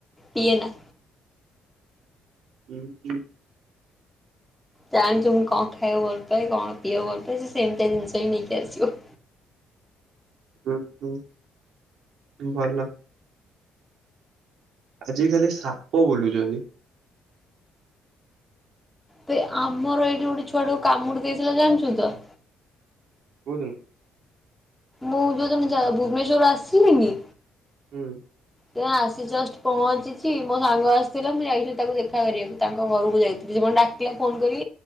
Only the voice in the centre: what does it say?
ପିଏନା।
ଜାଣିଛି ମୁଁ କଣ ଖାଇବାକୁ ଭଲ ପାଏ କଣ ପିଇବାକୁ ଭଲ ପାଏ ସେ ସେମିତିଆ ଜିନିଷ ହିଁ ନେଇକି ଆସିବ।
ଆବେ ଆମର ଏଇଠି ଗୋଟେ ଛୁଆଟାକୁ କାମୁଡି ଦେଇଥିଲା ଜାଣିଛୁ ତ।
ମୁଁ ଯୋଉ ଦିନ ଜା ଭୁବନେଶ୍ଵରରୁୁ ଆସିଲିନି।
ଯୋଉଦିନ ଆସି ଜଷ୍ଟ ପହଞ୍ଚିଛି ମୋ ସାଙ୍ଗ ଆସିଥିଲା ମୁଁ ଯାଇଥିଲି ତାକୁ ଦେଖା କରିବାକୁ। ତାଙ୍କ ଘରକୁ ଯାଇଥିଲି ସେ କଣ ଡାକିଲା ଫୋନ୍ କରି।